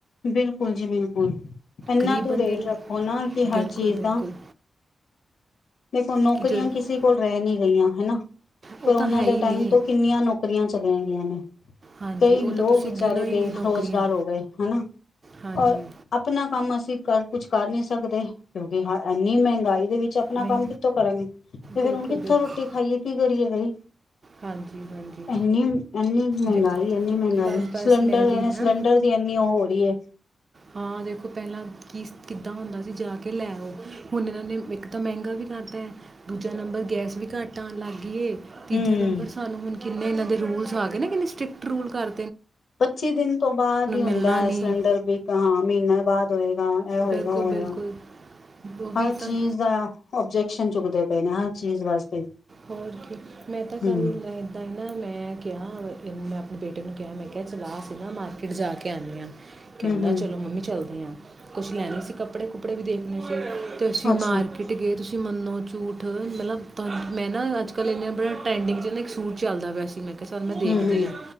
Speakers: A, on the left; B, on the right.
A: ਬਿਲਕੁਲ ਜੀ ਬਿਲਕੁਲ, ਇੰਨਾ
B: ਗਰੀਬ
A: ਤ
B: ਬੰਦੇ
A: ਰੇਟ
B: ਲਈ
A: ਰੱਖੋ, ਨਾ ਕਿ ਹਰ
B: ਬਿਲਕੁਲ
A: ਚੀਜ਼
B: ਬਿਲਕੁਲ
A: ਦਾ ਦੇਖੋ ਨੌਕਰੀਆਂ
B: ਕਿ ਜਿਹੜਾ
A: ਕਿਸੇ ਕੋਲ ਰਹਿ ਨੀ ਗਈਆਂ। ਹਨਾ,
B: ਉਹ
A: ਕਰੋਨਾ
B: ਤਾਂ ਹੈ
A: ਦੇ
B: ਹੀ
A: ਟਾਈਮ
B: ਨਹੀਂ
A: ਤੋਂ ਕਿੰਨੀਆਂ ਨੌਕਰੀਆਂ ਚੱਲੀਆਂ। ਹੁਣ,
B: ਹਾਂਜੀ
A: ਕਈ
B: ਉਹ
A: ਲੋਕ
B: ਤਾਂ ਤੁਸੀਂ
A: ਵਿਚਾਰੇ
B: ਗਿਣੋ ਹੀ
A: ਬੇਰੁਜ਼ਗਾਰ
B: ਨਹੀਂ ਨੌਕਰੀਆਂ
A: ਹੋ ਗਏ ਹਨਾ,
B: ਹਾਂਜੀ
A: ਔਰ ਆਪਣਾ ਕੰਮ ਅਸੀਂ ਘਰ ਕੁਛ ਕਰ ਨੀ ਸਕਦੇ ਕਿਉਂਕਿ ਹਾਂ ਇੰਨੀ ਮਹਿੰਗਾਈ ਦੇ ਵਿੱਚ ਆਪਣਾ
B: ਮੈਂ
A: ਕੰਮ ਕਿੱਥੋਂ ਕਰਨ ਤੇ ਫਿਰ
B: ਬਿਲਕੁਲ
A: ਹੁਣ ਕਿੱਥੋਂ
B: ਬਿਲਕੁਲ
A: ਰੋਟੀ ਖਾਈਏ ਕੀ ਕਰੀਏ ਬਾਈ,
B: ਹਾਂਜੀ ਹਾਂਜੀ
A: ਇਨੀ-ਇਨੀ ਮਹਿੰਗਾਈ
B: ਮੈਂ-
A: ਇੰਨੀ ਮਹਿੰਗਾਈ
B: ਬਸ ਬਸ
A: ਸਿਲੰਡਰ
B: ਮੈਂ ਵੀ
A: ਧ ਸਿਲੰਡਰ
B: ਨਾ
A: ਦੀ ਇੰਨੀ ਉਹ ਹੋ ਰਹੀ ਏ।
B: ਹਾਂ ਦੇਖੋ ਪਹਿਲਾਂ ਕੀ ਕਿੱਦਾਂ ਹੁੰਦਾ ਸੀ ਜਾ ਕੇ ਲੈਓ, ਹੁਣ ਇਨ੍ਹਾਂ ਨੇ ਇੱਕ ਤਾਂ ਮਹਿੰਗਾ ਵੀ ਕਰਤੇ ਦੂਜਾ ਨੰਬਰ ਗੈਸ ਵੀ ਘੱਟ ਆਣ ਲੱਗ ਗੀ ਏ। ਤੀਜਾ
A: ਹਮ
B: ਨੰਬਰ ਸਾਨੂੰ ਹੁਣ ਕਿੰਨੇ ਇਹਨਾਂ ਦੇ ਰੂਲਸ ਆ ਗਏ ਨਾ ਕਿੰਨੇ ਸਟ੍ਰਿਕਟ ਰੂਲ ਕਰ
A: ਪੱਚੀ ਦਿਨ ਤੋਂ ਬਾਅਦ ਹੀ ਹੁੰਦਾ
B: ਮਿਲਣਾ
A: ਹੈ
B: ਨਹੀਂ
A: ਸਿਲੰਡਰ ਬੀ ਹਾਂ ਮਹੀਨੇ ਬਾਅਦ ਹੋਏਗਾ ਇਹ ਹੋਏਗਾ
B: ਬਿਲਕੁਲ
A: ਉਹ ਹੋਏਗਾ,
B: ਬਿਲਕੁਲ ਉਹ ਵੀ
A: ਹਰ ਚੀਜ਼
B: ਤਾਂ
A: ਦਾ ਓਬਜੈਕ ਜੈਕਸ਼ਨ ਚੁੱਕਦੇ ਪਏ ਨੇ ਹਰ ਚੀਜ਼ ਵਾਸਤੇ।
B: ਹੋਰ ਕੀ, ਮੈਂ ਤਾਂ
A: ਹੂੰ
B: ਕੱਲ ਮੈ ਏਦਾਂ ਹੀ ਨਾ ਮੈਂ ਕਿਹਾ <unintelligible> ਬੇਟੇ ਨੂੰ ਕਿਹਾ ਮੈਂ ਕਿਹਾ ਚਲਾ ਅਸੀਂ ਨਾ ਮਾਰਕੀਟ ਜਾ ਕੇ ਆਨੇ ਆ। ਕਹਿੰਦਾ,
A: ਹੂੰ ਹੂੰ
B: ਚਲੋ ਮੰਮੀ ਚੱਲਦਾ। ਆ, ਕੁਛ ਲੈਣੇ ਸੀਂ ਕੱਪੜੇ-ਕੁੱਪੜੇ ਵੀ ਦੇਖਣੇ ਸੀ। ਤੁਸੀ
A: ਅੱਛਾ
B: ਮਾਰਕਿਟ ਗਏ ਤੁਸੀਂ ਮੰਨੋ ਝੂਠ ਮਤਲਬ <unintelligible> ਮੈਂ ਨਾ ਅੱਜ-ਕੱਲ੍ਹ ਇੰਨੇ ਬੜੇ ਟਰੈਂਡਿੰਗ 'ਚ ਨਾ ਇੱਕ ਸੂਟ ਚੱਲਦਾ ਪਿਆ ਸੀ ਮੈਂ ਮੈਂ ਕਿਹਾ ਚੱਲ ਮੈਂ ਦੇਖਦੀ
A: ਹੂੰ ਹੂੰ
B: ਆ,